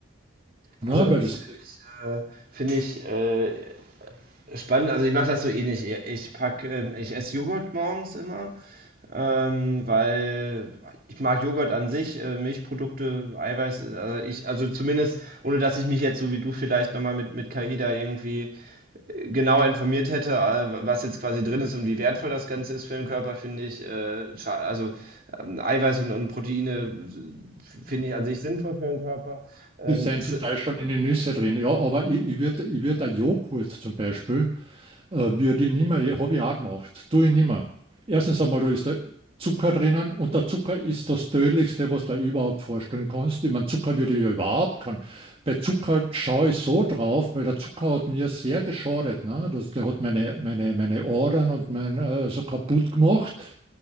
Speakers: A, on the right; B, on the right.
A: Ne?
B: Also, das
A: Weil das,
B: finde ich, äh, finde ich äh, spannend. Also, ich mache das so ähnlich. Ich pack, ähm, ich esse Joghurt morgens immer, ähm, weil ich mag Joghurt an sich, äh, Milchprodukte, Eiweiß. äh, Also, ich, also zumindest, ohne dass ich mich jetzt so wie du vielleicht nochmal mit, mit KI da irgendwie genauer informiert hätte, äh, was jetzt quasi drin ist und wie wertvoll das Ganze ist für den Körper, finde ich, äh, scha- also ähm, Eiweiß und, und Proteine äh, finde ich an sich sinnvoll für den Körper. Ähm,
A: das sind
B: es,
A: zum Teil schon in den Nüsse drin. Ja, aber ich, ich würde ich würd ein Joghurt zum Beispiel äh, würde ich nicht mehr, habe ich auch gemacht, tue ich nicht mehr. Erstens einmal, da ist der Zucker drinnen und der Zucker ist das Tödlichste, was du dir überhaupt vorstellen kannst. Ich meine, Zucker würde ich ja überhaupt kann. Bei Zucker schaue ich so drauf, weil der Zucker hat mir sehr geschadet. Ne? Das, der hat meine, meine, meine Adern und mein, äh, so kaputt gemacht.